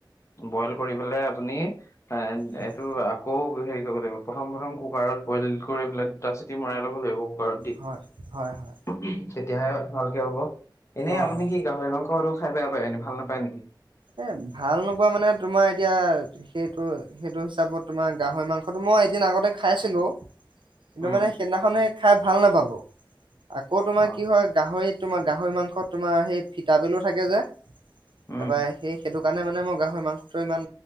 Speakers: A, on the left; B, on the right.
A: বইল কৰি পেলাই আপুনি এ
B: হয়
A: এইটো আকৌ হেৰি কৰিব লাগিব প্ৰথম প্ৰথম কুকাৰত বইল কৰি পেলাই দুটা চিটি মৰাই, ই লব লাগিব। ভাৰত্ব
B: হয় হয় হয়
A: <unintelligible> তেতিয়াহে ভালকে হ'ব। এনেই
B: অ
A: আপুনি
B: অ
A: কি গাহৰি মাংস আৰু খাই বেয়া পায় এনে ভাল নাপায় নেকি?
B: এ ভাল নোপোৱা মানে তোমাৰ এতিয়া সেইটো-সেইটো হিচাপত তোমাৰ গাহৰি মাংসটো মই এদিন আগতে খাইছিলো। কিন্তু
A: উম,
B: মানে সেইদিনাখনে খাই ভাল নাপালো। আকৌ তোমাৰ
A: অ',
B: কি হয় গাহৰিত তোমাৰ গাহৰি মাংস তোমাৰ সেই ফিতাপেলু থাকে যে।
A: উম।
B: তাৰপৰা সেই সেইটো সেই কাৰণে মে মই গাহৰি মাংসটো ইমান